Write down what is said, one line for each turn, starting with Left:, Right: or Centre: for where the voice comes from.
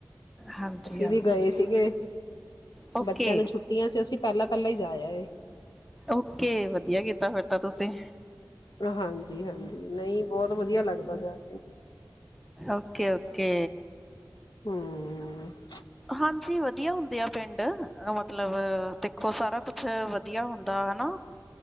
Centre: ਹਾਂਜੀ,
Left: ਅਸੀਂ
Centre: ਹਾਂਜੀ।
Left: ਵੀ ਗਏ ਸੀਗੇ
Centre: ਓਕੇ
Left: ਬੱਚਿਆਂ ਨੂੰ ਛੁੱਟੀਆਂ ਸੀ ਅਸੀਂ ਪਹਿਲਾਂ ਪਹਿਲਾਂ ਹੀ ਜਾ ਆਏ
Centre: ਓਕੇ। ਵਧੀਆ ਕੀਤਾ ਤਾਂ ਤੁਸੀਂ?
Left: ਹਾਂਜੀ, ਹਾਂਜੀ। ਨਹੀਂ ਬਹੁਤ ਵਧੀਆ ਲੱਗਦਾ ਹੈ।
Centre: ਓਕੇ ਓਕੇ
Left: ਹਮ
Centre: ਹਾਂਜੀ, ਵਧੀਆ ਹੁੰਦੇ ਆ ਪਿੰਡ। ਮਤਲਬ ਦੇਖੋ, ਸਾਰਾ ਕੁਛ ਵਧੀਆ ਹੁੰਦਾ ਹਨਾ